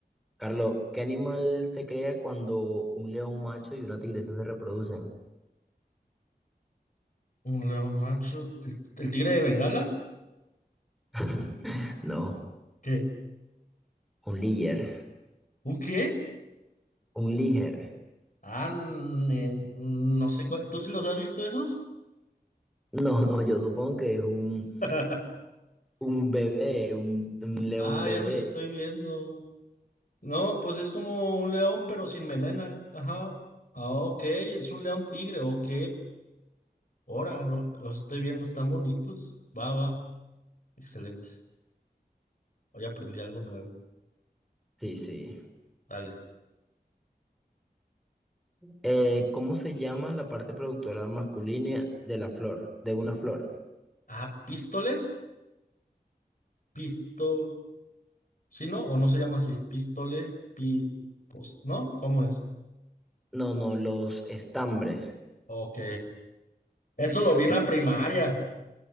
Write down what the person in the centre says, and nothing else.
Carlos, ¿qué animal se crea cuando un león macho y una tigresa se reproducen?
<laughs> No,
un liger.
Un liger.
No, no, yo supongo que es un,
un bebé, un, un león
bebé.
Sí, sí.
Eh, ¿cómo se llama la parte productora masculina de la flor, de una flor?
No, no, los estambres.
Ya,